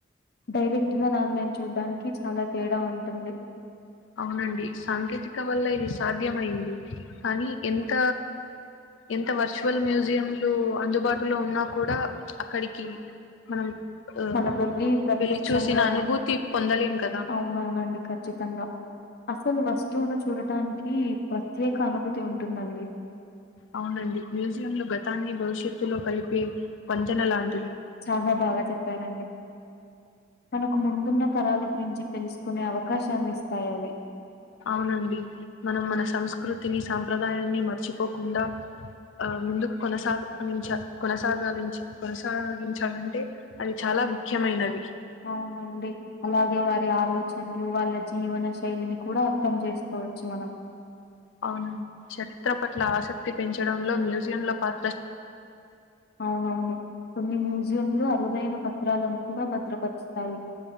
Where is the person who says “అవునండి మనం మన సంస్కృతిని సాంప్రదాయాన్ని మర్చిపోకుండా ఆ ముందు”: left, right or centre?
Left